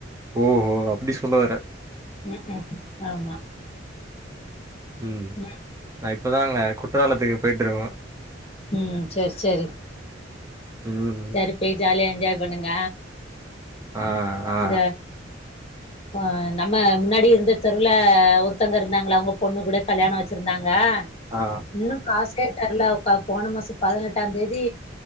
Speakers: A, on the right (about 15°); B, on the left (about 30°).
A: ஓஹோ அப்படி சொல்ல வர
B: உம் உம் ஆமா
A: உம்
B: ம்
A: நா இப் இப்பதாங்க குற்றாலத்துக்கு போயிட்டு இருக்கோம்
B: உம் சேரி சேரி
A: ம்.
B: சேரி போய் ஜாலியா என்ஜாய் பண்ணுங்க
A: ஆ ஆ
B: இந்த ஆ நம்ம முன்னாடி இருந்த தெருல ஒருத்தவங்க இருந்தாங்கள அவங்க பொண்ணு கூட கல்யாணம் வச்சிருந்தாங்க
A: ஆ.
B: இன்னும் காஸ்கே தரல அவங் இப்ப போன மாசம் பதினெட்டாம் தேதி